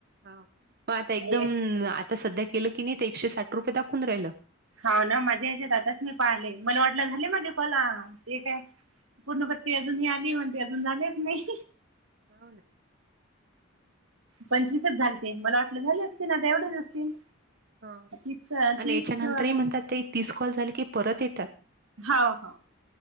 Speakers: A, on the right; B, on the right.
A: हा मग, आता एकदम
B: एक
A: आता. सध्या. केलं की नाही. ते एकशे साठ रुपये. दाखवून राहिले.
B: हा ना माझ्या याच्यात आताच मी पहाले, मला वाटलं झाले माझे कॉल ते काय. पूर्णपत्ती अजूनही आली म्हण ते अजून झालेच नाही.
A: हाव. ना..
B: पंचवीसच झालते. मला वाटलं झाले असतील. आता एवढेच असतील.
A: हा.
B: तीस
A: आणि
B: तीस
A: याच्यानंतरही
B: वर आलं.
A: म्हणतात. ते तीस कॉल झाले, की परत येतात.
B: हाव. हाव.